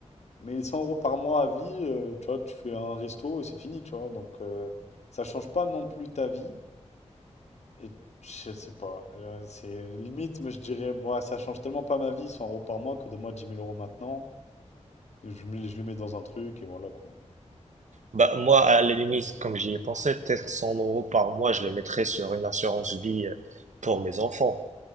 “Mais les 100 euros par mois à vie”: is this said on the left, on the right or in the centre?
Left